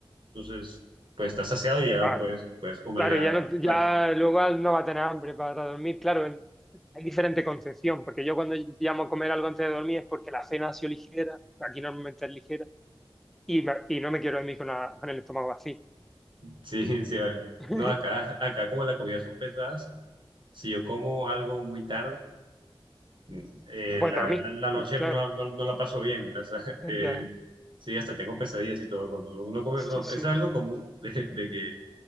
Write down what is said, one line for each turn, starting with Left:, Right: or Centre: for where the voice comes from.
Right: entonces, pues estás saciado y ya
Centre: Claro,
Right: puedes, puedes comer
Centre: claro,
Right: ya
Centre: ya, no,
Right: después.
Centre: ya luego no va a tener hambre para dormir. Claro, el- hay diferente concepción, porque yo cuando llamo a comer algo antes de dormir es porque la cena ha sido ligera, aquí normalmente es ligera, y, me- y no me quiero dormir con, la- con el estómago vacío.
Right: Sí, <laughs> sí, vale.
Centre: <laughs>
Right: No, acá, acá como las comidas son pesadas, si yo como algo muy tarde, mm, eh,
Centre: No puedes
Right: la,
Centre: dormir,
Right: la, la noche
Centre: claro.
Right: no, la no- no la paso bien. o sea, <laughs>
Centre: Ya.
Right: eh, sí, hasta tengo pesadillas y todo. Cuando uno come, no,
Centre: Sí, sí,
Right: es algo común de, de que